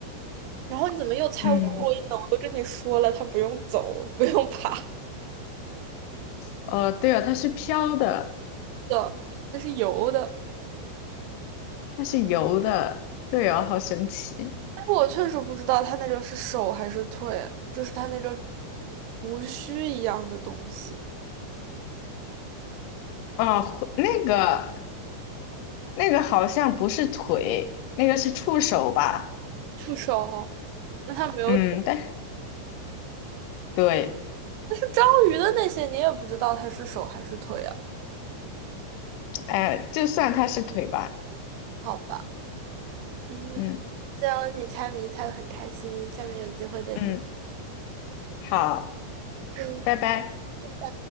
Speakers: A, on the right; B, on the left.
A: 然后你怎么又猜乌龟呢？
B: 嗯，
A: 我都跟你说了，它不用走，不用爬
B: 哦，对哦，它是飘的，
A: 的，它是游的。
B: 它是游的，对哦，好神奇。
A: 但是我确实不知道它那个是手还是腿，就是它那个胡须一样的东西，
B: 哦，回那个那个好像不是腿，那个是触手吧？
A: 触手哈。那它没有。
B: 嗯，但对，
A: 但是章鱼的那些，你也不知道它是手还是腿啊？
B: 哎，就算它是腿吧。
A: 好吧，嗯，
B: 嗯
A: 这样你猜谜猜得很开心，下面有机会再见。
B: 嗯，好，
A: 嗯，
B: 拜拜。
A: 拜拜。